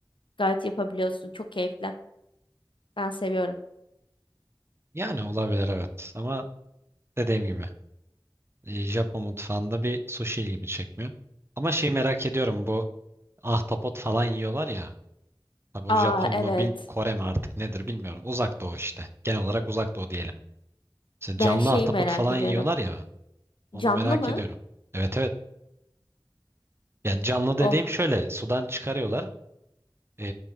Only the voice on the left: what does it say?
gayet yapabiliyorsun. Çok keyifli. Ben seviyorum.
Aa
evet.
Ben şeyi
merak
ediyorum.
Camlı
mı?
Oh.